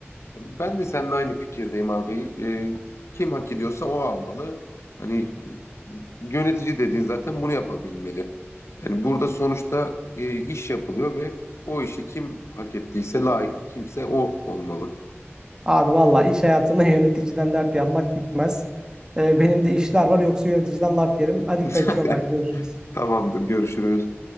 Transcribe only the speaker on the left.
Ben de seninle aynı fikirdeyim abi. Ee, kim hak ediyorsa o almalı. Hani yönetici dediğin zaten bunu yapabilmeli. Yani burada sonuçta e, iş yapılıyor ve o işi kim hak ettiyse layık kimse o olmalı.
<laughs>
Tamamdır, görüşürüz.